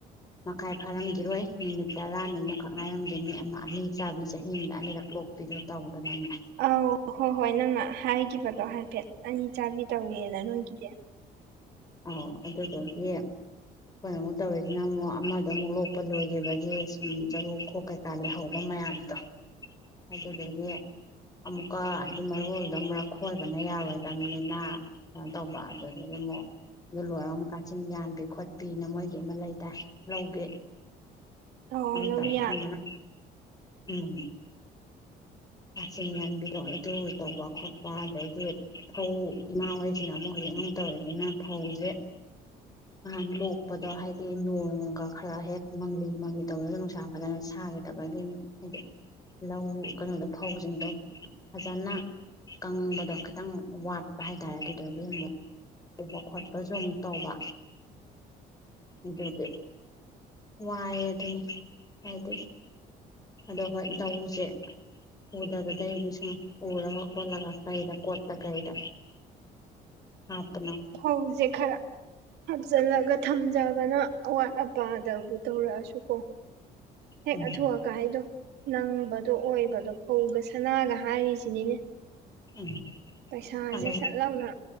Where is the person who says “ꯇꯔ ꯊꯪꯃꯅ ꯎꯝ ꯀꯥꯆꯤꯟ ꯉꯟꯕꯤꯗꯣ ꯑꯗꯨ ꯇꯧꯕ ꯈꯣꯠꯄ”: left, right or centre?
Left